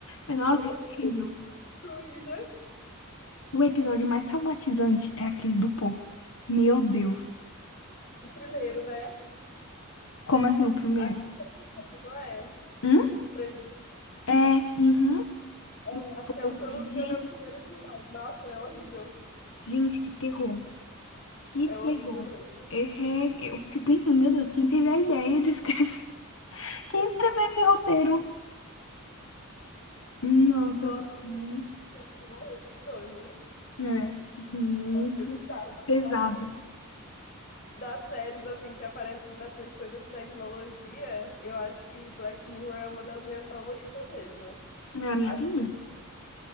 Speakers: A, on the left; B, on the left.
A: Nossa,
B: toda
A: é incrível.
B: destruída.
A: O episódio mais traumatizante é aquele do porco. Meu Deus.
B: O primeiro, né?
A: Como assim o primeiro?
B: Acho que não é
A: Hum?
B: o do presidente.
A: É, uhum.
B: É,
A: Do
B: acho que, é-
A: povo.
B: se eu
A: Gente,
B: não me engano, é o primeiro episódio. Nossa, é horrível.
A: gente, que terror. Que
B: É
A: terror.
B: horrível mesmo.
A: Esse é. Eu fiquei pensando, meu Deus, quem teve a ideia de escrever? <laughs> Quem escreveu esse roteiro? Nossa,
B: Nossa,
A: é,
B: gente, morrendo de nojo.
A: é muito
B: Foi bizarro, mas
A: pesado.
B: claro que das séries, assim, que aparece bastante coisa de tecnologia, eu acho que Black Mirror é uma das minhas favoritas mesmo.
A: É a minha
B: Acho
A: também.
B: que sempre...